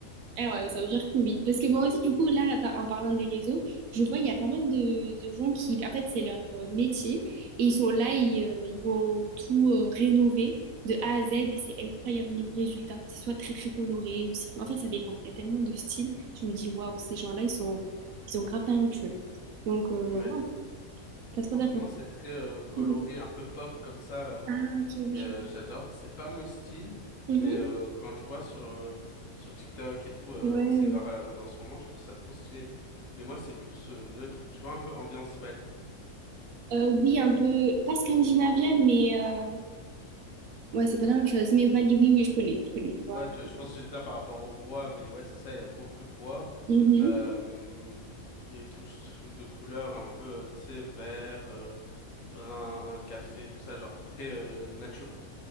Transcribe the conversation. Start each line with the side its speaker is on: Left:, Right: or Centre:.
Right: Ah ouais, ben, ça veut dire que oui. Parce que moi aussi, du coup, là, là, t'as- en parlant des réseaux, je vois, il y a pas mal de, de gens qui, en fait, c'est leur euh, métier, et ils sont là, ils, euh, ils vont tout euh, rénover de A à Z, et c'est incroyable niveau résultat. C'est soit très, très coloré, ou sinon, en fait, ça dépend. Il y a tellement de styles, je me dis, waouh, ces gens-là, ils sont, ils sont grave talentueux. Donc, euh,
Left: Ouais.
Right: waouh, t'as trop
Left: Moi,
Right: d'argent.
Left: en ce moment, c'est très euh, coloré,
Right: Mhm.
Left: un peu pop comme ça. euh,
Right: Ah, ok,
Left: et,
Right: oui,
Left: euh,
Right: je
Left: j'adore. C'est pas mon style,
Right: Mhm.
Left: mais euh, quand je vois sur, euh, sur TikTok et tout, euh,
Right: Ouais.
Left: vu que c'est grave à la mode en ce moment, je trouve ça trop stylé. Mais moi, c'est plus euh, neutre. Tu vois, un peu ambiance Bali.
Right: Euh, oui, un peu, pas scandinavienne, mais euh, ouais, c'est pas la même chose. Mais Bali, oui, oui, je connais, je connais, je vois.
Left: Ouais,
Right: un
Left: tu-
Right: peu.
Left: je pense que c'est ça par rapport au bois, mais ouais, c'est ça, il y a beaucoup de bois.
Right: Mhm.
Left: Euh, des touches de couleurs un peu, euh, tu sais, vert, euh, brun, café, tout ça, genre très euh, nature.